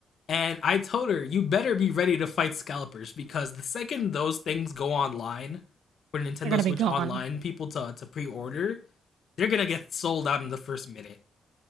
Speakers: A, on the left; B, on the right.
A: And I told her, you better be ready to fight scalpers because the second those things go online for Nintendo
B: They're going to
A: Switch
B: be gone.
A: Online, people to, to pre order, they're gonna get sold out in the first minute.